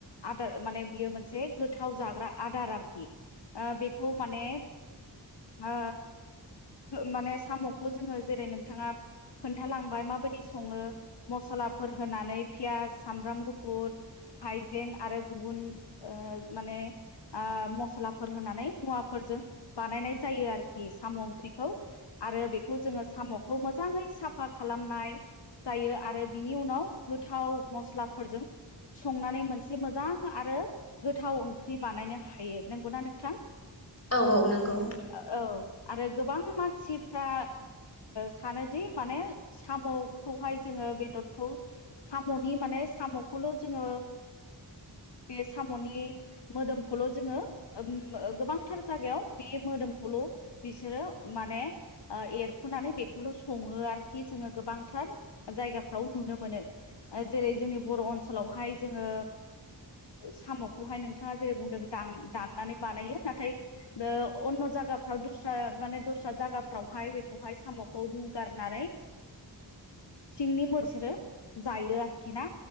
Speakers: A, on the left (about 65°); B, on the left (about 35°).
A: आदार माने मोनसे गोथाव जाग्रा आदार आरोखि बेखौ माने आ माने साम'खौ जोङो जेरै नोंथाङा खोन्थालांबाय माबायदि सङो मसलाफोर होनानै पियास सामब्राम गुफुर हायजें आरो गुबुन माने मस्लाफोर होनानै मुवाफोरजों बानायनाय जायो आरोखि साम' ओंख्रिखौ आरो बेखौ जोङो साम'खौ मोजाङै साफा खालामनाय जायो आरो बिनि उनाव गोथाव मस्लाफोरजों संनानै मोनसे मोजां आरो गोथाव ओंख्रि बानायनो हायो नंगौना नोंथां
B: औ औ नंगौ
A: औ आरो गोबां मानसिफ्रा सानोदि माने साम' खौहाय जोङो बेदरखौ साम'नि माने साम'खौल' जोङो बे साम'नि मोदोमखौल' जोङो गोबांथार जायागायाव बे मोदोमखौल' बिसोरो माने एरख'नानै बेखौल' सङो आरोखि जोङो गोबां थार जायगाफ्राव नुनो मोनो जेरै जोंनि बर' ओनसोलावहाय जोङो साम'खौहाय नोंथाङा जेरै बुंदों दाननानै बानायो नाथाय अन' जाफ्राव दस माने दस्रा जायगाफ्रावहाय बेखौहाय साम'खौ रुगारनानै सिंनि मोनसोरो जायो आरोखि ना